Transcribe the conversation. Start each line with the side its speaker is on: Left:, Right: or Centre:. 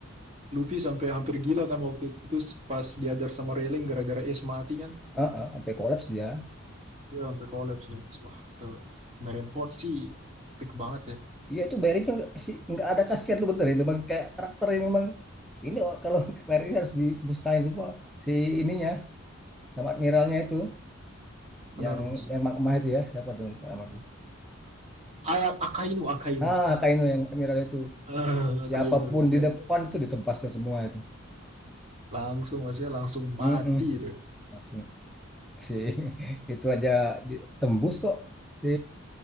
Right: Luffy sampai hampir gila kan waktu itu pas diajar sama Railing gara-gara Ace mati kan.
Centre: Ah, ah, sampai kolaps dia
Right: Ya sampai kolaps dong. Wah, tuh Marineford sih peak banget ya.
Centre: Iya itu bayarinnya nggak sih nggak ada kasihan tuh bener ya memang kayak karakternya memang ini oh, kalau <laughs> bayarin harus dibustain semua si ininya sama admiralnya itu
Right: Benar,
Centre: yang
Right: Mas.
Centre: memang emak itu ya siapa tuh lupa nama aku.
Right: Ayat Akainu, Akainu.
Centre: ah Kaino yang admiral itu
Right: Ah, Akainu,
Centre: siapapun
Right: siap.
Centre: di depan itu ditebasnya semua itu
Right: Langsung, Mas ya, langsung mati
Centre: Mm-mm.
Right: itu.
Centre: langsung si <laughs> itu aja ditembus kok si